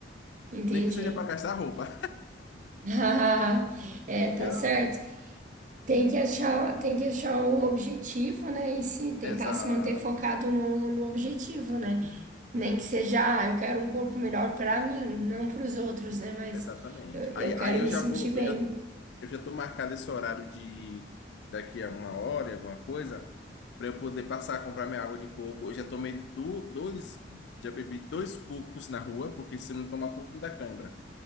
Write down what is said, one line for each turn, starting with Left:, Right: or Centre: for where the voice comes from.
Right: Entendi.
Left: nem que seja para gastar roupa.
Right: <laughs> É, tá
Left: <laughs> Eu-
Right: certo. Tem que achar, tem que achar um objetivo, né? E se tentar
Left: Exato.
Right: se manter focado no, no objetivo, né? Nem que seja, ah, eu quero um corpo melhor pra mim, não para os outros, né? Mas
Left: Exatamente.
Right: eu, eu
Left: Aí, aí
Right: quero
Left: eu
Right: me
Left: já
Right: sentir
Left: vou,
Right: bem.
Left: eu já eu já estou marcado esse horário de daqui a uma hora, e alguma coisa, para eu poder passar a comprar minha água de coco. Eu já tomei do, dois, já bebi dois cocos na rua, porque se não tomar coco, me dá cãibra.